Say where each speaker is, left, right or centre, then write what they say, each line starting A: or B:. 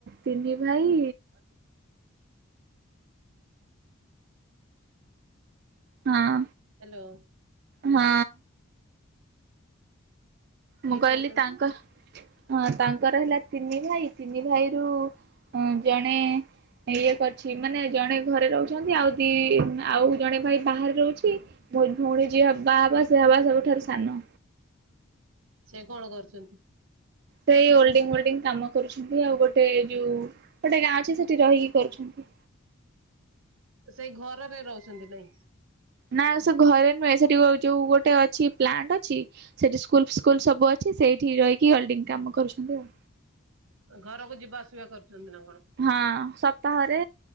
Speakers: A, on the right; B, on the right.
A: ତିନି ଭାଇ। ହଁ।
B: ହାଲୋ।
A: ହଁ।
B: କିଏ
A: ମୁଁ କହିଲି
B: କିଏ ଅଛନ୍ତି
A: ତାଙ୍କ ହଁ ତାଙ୍କର ହେଲା ତିନି ଭାଇ ତିନି ଭାଇରୁ ଜଣେ ଇଏ କରିଛି ମାନେ ଜଣେ ଘରେ ରହୁଛନ୍ତି ଆଉ ଦି ଆଉ ଜଣେ ଭାଇ ବାହାରେ ରହୁଛି ମୋ ଭଉଣୀ ଯିଏ ବା ହବା ସେ ହବା ସବୁଠାରୁ ସାନ।
B: ସେ କଣ କରୁଛନ୍ତି?
A: ସେଇ ଓଲଡିଙ୍ଗ ମୋଲଡିଙ୍ଗ କାମ କରୁଛନ୍ତି ଆଉ ଗୋଟେ ଯୋଉ ଗୋଟେ ଗାଆଁ ଅଛି ସେଇଠି ରହିକି କରୁଛନ୍ତି।
B: ସେଇ ଘରରେ ରହୁଛନ୍ତି ନାଇଁ।
A: ନା ସେ ଘରେ ନୁହେଁ ସେଠି ଯୋଉ ଗୋଟେ ଅଛି ପ୍ଲାଣ୍ଟ ଅଛି ସେଠି ସ୍କୁଲ ଫୁସ୍କୁଲ ସବୁ ଅଛି ଅଛି, ସେଇଠି ରହିକି ଓଲ୍ଡିଙ୍ଗ କାମ କରୁଛନ୍ତି ଆଉ।
B: ଘରକୁ ଯିବା ଆସିବା କରୁଛନ୍ତି ନା କଣ।
A: ହଁ ସପ୍ତାହରେ